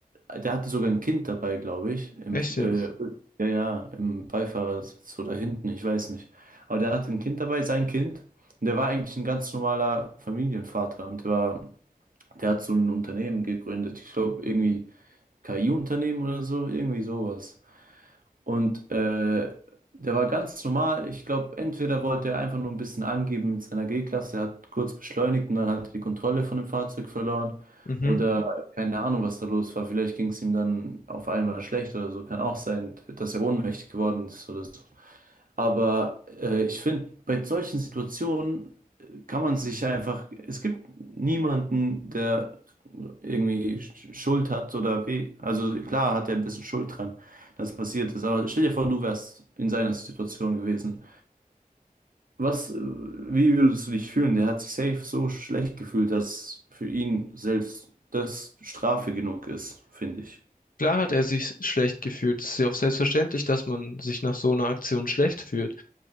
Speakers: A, on the right (about 65°); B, on the left (about 65°).
A: der hatte sogar ein Kind dabei, glaube ich. Im,
B: Echt jetzt?
A: äh, ja, ja, im Beifahrersitz oder hinten, ich weiß nicht. Aber der hatte ein Kind dabei, sein Kind. Und der war eigentlich ein ganz normaler Familienvater. Und der war, der hat so ein Unternehmen gegründet. Ich glaube, irgendwie KI-Unternehmen oder so, irgendwie sowas. Und äh, der war ganz normal. Ich glaube, entweder wollte er einfach nur ein bisschen angeben mit seiner G-Klasse, er hat kurz beschleunigt und dann hat er die Kontrolle von dem Fahrzeug verloren.
B: Mhm.
A: Oder keine Ahnung, was da los war. Vielleicht ging es ihm dann auf einmal schlecht oder so. Kann auch sein, dass er ohnmächtig geworden ist oder so. Aber äh, ich finde, bei solchen Situationen äh, kann man sich einfach, es gibt niemanden, der irgendwie Sch- Schuld hat oder weh. Also klar hat er ein bisschen Schuld dran, dass passiert ist. Aber stell dir vor, du wärst in seiner Situation gewesen. Was, äh, wie würdest du dich fühlen? Der hat sich safe so schlecht gefühlt, dass für ihn selbst das Strafe genug ist, finde ich.
B: Klar hat er sich schlecht gefühlt. Es ist ja auch selbstverständlich, dass man sich nach so einer Aktion schlecht fühlt.